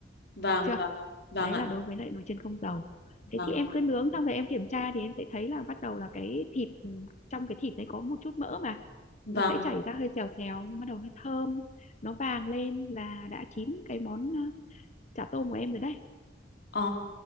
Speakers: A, on the left (about 65°); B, on the left (about 40°).
A: Vâng
B: được chưa
A: Vâng, vâng
B: đấy
A: ạ
B: là đối với lại nồi chiên không dầu thế
A: Vâng
B: thì em cứ nướng xong rồi em kiểm tra thì em sẽ thấy là bắt đầu là cái thịt ừ, trong cái thịt đấy có một chút mỡ mà
A: Vâng
B: nó sẽ chảy ra hơi xèo xèo nhưng bắt đầu nó thơm nó vàng lên là đã chín cái món ờ, chả tôm của em rồi đấy
A: Ờ,